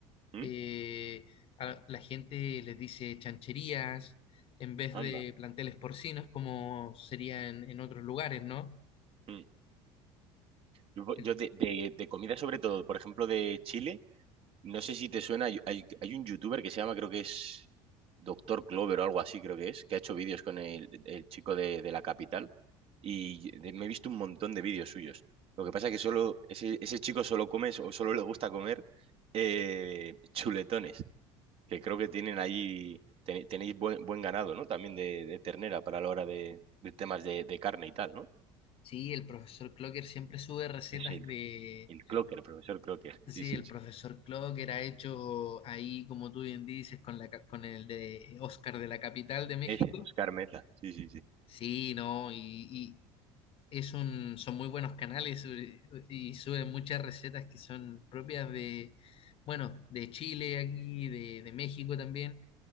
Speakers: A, on the right; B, on the left.
A: ¿Mm?
B: eh, a la gente les dice chancherías en vez
A: Anda.
B: de planteles porcinos, como sería en, en otros lugares, ¿no?
A: Mm. Yo,
B: El-
A: yo de, de- de comida sobre todo, por ejemplo, de Chile. No sé si te suena, hay, hay- hay un youtuber que se llama, creo que es Doctor Clover o algo así, creo que es, que ha hecho vídeos con el, el chico de, de la capital y de- me he visto un montón de vídeos suyos. Lo que pasa es que solo ese, ese chico solo come so, o solo le gusta comer eh, chuletones, que creo que tienen ahí, ten- tenéis buen, buen ganado, ¿no? También de, de ternera para la hora de, de temas de, de carne y tal, ¿no?
B: Sí, el profesor Clocker siempre sube recetas
A: Es el,
B: de
A: el Clocker, profesor Clocker,
B: Sí,
A: sí, sí,
B: el
A: sí.
B: profesor Clock era hecho ahí, como tú bien dices, con la, ca- con el de Oscar de la capital de México.
A: Ese, Oscar Meza, sí, sí, sí.
B: Sí, no, y, y es un, son muy buenos canales eh, y suben muchas recetas que son propias de, bueno, de Chile aquí, de, de México también.